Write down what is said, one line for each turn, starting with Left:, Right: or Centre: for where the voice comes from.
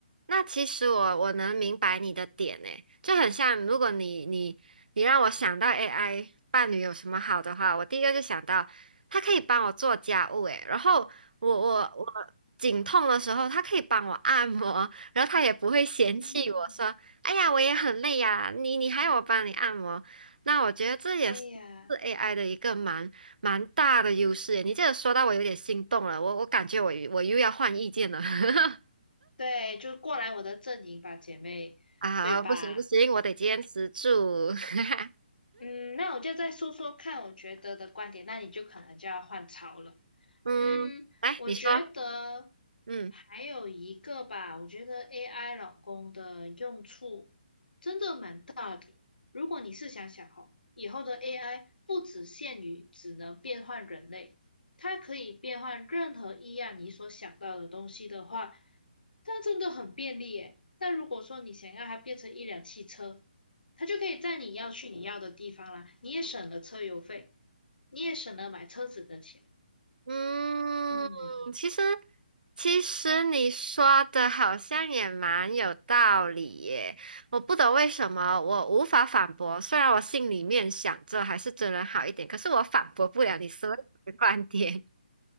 Right: 那其实我我能明白你的点诶，就很像如果你你你让我想到 AI 伴侣有什么好的话，我第一个就想到它可以帮我做家务诶，然后我我我颈痛的时候，它可以帮我按摩，然后它也不会嫌弃我说，
Left: 嗯，
Right: 哎呀，我也很累呀，你你还要我帮你按摩，那我觉得这也是。
Left: 哎呀，
Right: 是 AI 的一个蛮蛮大的优势诶，你这个说到我有点心动了，我我感觉我我又要换意见了。<laughs>
Left: 对，就过来我的阵营吧，姐妹，
Right: 啊，
Left: 对吧？
Right: 不行不行，我得坚持住。<laughs>
Left: 嗯，那我就再说说看我觉得的观点，那你就可能就要换槽了。
Right: 嗯，
Left: 嗯，
Right: 来，
Left: 我觉得
Right: 你说，嗯
Left: 还有一个吧，我觉得 AI 老公的用处真的蛮大的。如果你试想想哦，以后的 AI 不只限于只能变换人类，它可以变换任何一样你所想到的东西的话，它真的很便利耶。那如果说你想要它变成一辆汽车，它就可以在你要去你要的地方啦，你也省了车油费，你也省了买车子的钱。
Right: 嗯，
Left: 嗯。
Right: 其实其实你说的好像也蛮有道理耶。我不懂为什么我无法反驳，虽然我心里面想着还是真人好一点，可是我反驳不了你所有的观点。